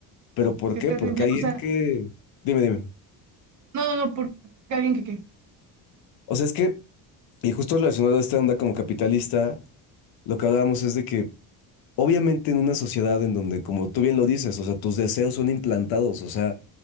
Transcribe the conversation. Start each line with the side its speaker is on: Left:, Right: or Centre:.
Left: ¿Pero por
Right: Qué
Left: qué?
Right: terrible.
Left: Porque alguien
Right: O sea,
Left: que... Dime, dime.
Right: no, no, no, porque alguien que qué.
Left: O sea, es que Y justo relacionado a esta onda como capitalista, lo que hablábamos es de que obviamente en una sociedad en donde, como tú bien lo dices, o sea, tus deseos son implantados, o sea,